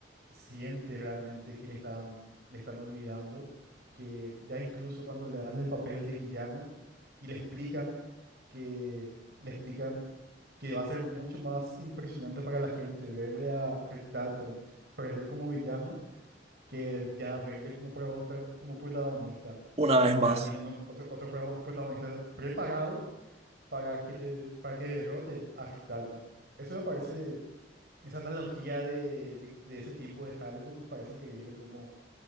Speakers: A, on the right (about 60°); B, on the right (about 35°).
A: siente realmente que le están, le están olvidando, que ya incluso cuando le dan el papel de villano y le explican que le explican que va a ser mucho más impresionante para la gente verle a Rick Dalton perder como villano que ya verle como, pro- pro- como protagonista
B: Una vez
A: y ya
B: más,
A: tienen un- otro, otro pro- protagonista preparado para que, le- para que derrote a Rick Dalton. Eso me parece, esa analogía de, de- de ese tiempo de Hollywood me parece increíble cómo,